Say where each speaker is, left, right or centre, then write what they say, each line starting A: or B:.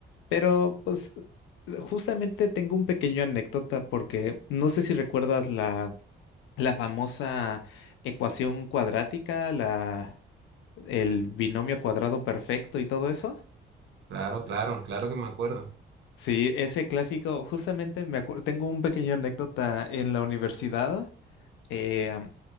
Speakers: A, on the left; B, on the right.
A: Pero pues justamente tengo un pequeño anécdota porque no sé si recuerdas la, la famosa ecuación cuadrática, la, el binomio cuadrado perfecto y todo eso.
B: Claro, claro, claro que me acuerdo.
A: Sí, ese clásico, justamente me acuerdo, tengo un pequeño anécdota en la universidad, eh, am,